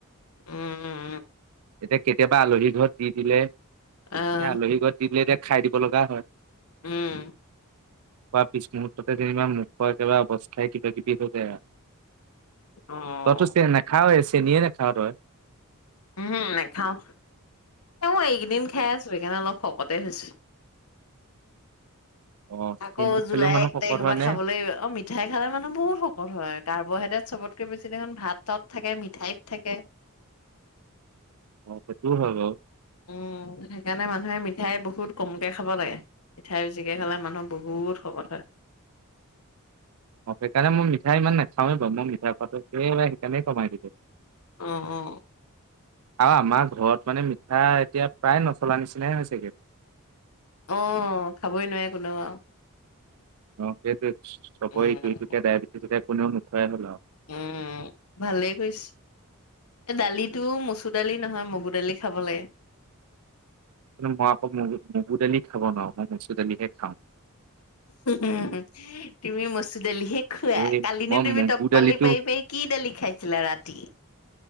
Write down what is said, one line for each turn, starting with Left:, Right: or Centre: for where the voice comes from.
Left: উম উ
Right: এতিয়া কেতিয়াবা আলহী ঘৰত দি দিলে স
Left: অ',
Right: আলহী ঘৰত দি দিলে এতিয়া খাই দিব লগা হয়
Left: ওম
Right: কোৱা পিছ মুহূুৰ্ততে যেনিবা মুখৰ কিবা অৱস্থাই কিবা কিবি থ যে
Left: অ',
Right: ততো চ নাখা চনে নে খাোৱাটো হয়
Left: উম নাখাও মই এইকেইদিন খাই আছো সেইকাৰণে অলপ শকতে হৈছো
Right: অ
Left: আকৌ
Right: চেনি
Left: জুলাই
Right: খালেও মানুহ
Left: এক
Right: শকত
Left: তাৰিখৰ
Right: হয়
Left: পৰা
Right: নে
Left: খাবলৈ অ মি মিঠাই খালে মানুহ বহুত শকত হয় কাৰ্বহাইড্ৰেট চবতকে বেছি দেখোন ভাত চত থাকে মিঠাইত থাকে <inaudible>
Right: সেইটোৱো হয় বাৰু।
Left: উম, সেইকাৰণে মানুহে মিঠাই বহুত কমকে খাব লাগে, মিঠাই বজিকে খালে মানুহ বহুত শকত হয়।
Right: অহ, সেইকাৰণে মই মিঠাই ইমান নাখাওে বাৰু। মই মিঠাই পাতটো একেবাৰে সেইকাৰণে কমাই দিছোঁ।
Left: অহ', অহ'।
Right: আৰু আমাৰ ঘৰত মানে মিঠা এতিয়া প্ৰায় নচলাৰ নিচিনায়ে হৈছেগে।
Left: অহ, খাবই নোৱাৰে কোনেও আৰু।
Right: অহ, সেইয়ে চবৰে
Left: উম
Right: ইটো-সিটোকে ডায়েবেটিছ হৈছে কোনেও নোখুৱাই হ'ল আৰু।
Left: উম, ভালেই কৰিছে। দালিতো মচুৰ দালি নহয় মগুৰ দালি খাব লাগে।
Right: কিন্তু মই আকৌ মগু-মগুৰ দালি খাব নোৱাৰো, মই মচুৰ দালিহে খাওঁ।
Left: <unintelligible> তুমি মচুৰ দালিহে খোৱা?
Right: এই
Left: কালিনে
Right: মই
Left: তুমি
Right: মগু
Left: টপালি
Right: দালিটো
Left: পাৰি পাৰি কি দালি খাইছিলা ৰাতি?